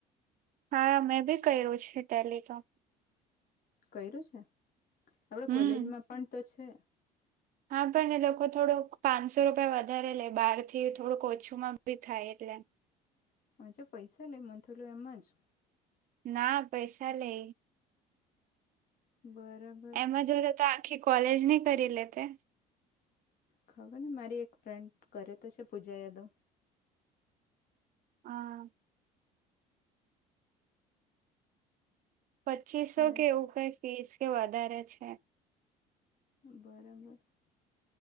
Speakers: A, on the right; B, on the left.
A: હા મેં બી કર્યું છે ટેલિકોમ
B: કર્યું છે હવે
A: હમ
B: કોલેજમાં પણ તો છે
A: હા પણ એ લોકો થોડો પાંચસો થી વધારે લે બહાર થી થોડુંક ઓછુંમાં બી થાય એટલે
B: હજે પૈસા લે <unintelligible> એમાં જ
A: ના પૈસા લે
B: ગરમ
A: એના જોળે તો આખી કોલેજની કરી લેતે
B: ખબર ને મારી એક ફ્રેન્ડ કરે તો છે પૂજા યાદવ
A: હમ પચીસો
B: હાય
A: કે એવું કઈ ફીસ કે વધારે છે
B: <unintelligible>